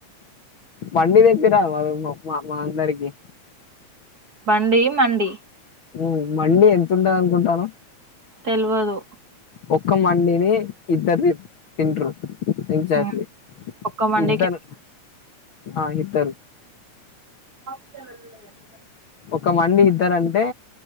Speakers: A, on the left; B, on the right.
A: వందే పె అ అందారికి
B: బండీ మండి
A: మ్ మండీ ఎంత్ ఉండద్ అనుకుంటాను
B: తెల్వదు
A: ఒక్క మడిని ఇద్దరుది తింటరు ఎక్జాక్ట్లీ
B: హ్మ్. ఒక్క మండికే
A: ఇద్దరు ఆ ఇద్దరు
B: <inaudible>
A: ఒక మండి ఇద్దరంటే